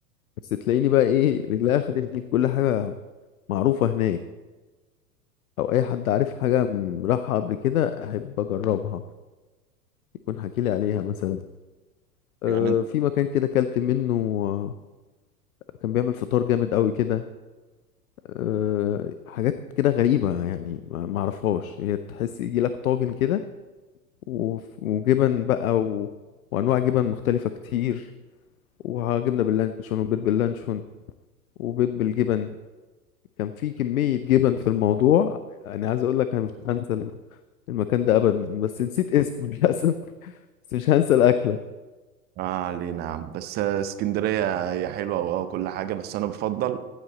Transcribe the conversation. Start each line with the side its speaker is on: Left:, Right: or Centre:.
Left: بس تلاقيني بقى ايه رجليا خدتني في كل حاجه معروفه هناك او اي حد عارف حاجه م- راحها قبل كده احب اجربها يكون حكي لي عليها مثلا أه
Right: يعني انت
Left: في مكان كده كلت منه آه، كان بيعمل فطار جامد قوي كده أه حاجات كده غريبه يعني ما ما اعرفهاش هي تحس يجي لك طاجن كده وف- وجبن بقى و... وانواع جبن مختلفه كتير وجبنه باللانشون وبيض باللانشون وبيض بالجبن كان في كميه جبن في الموضوع يعني عايز اقول لك انا مش هنسى ال- المكان ده ابدا بس نسيت اسمه <laughs> للاسف بس مش هنسى الاكله
Right: اه علينا يا عم بس اسكندريه هي حلوه وكل حاجه بس انا بفضل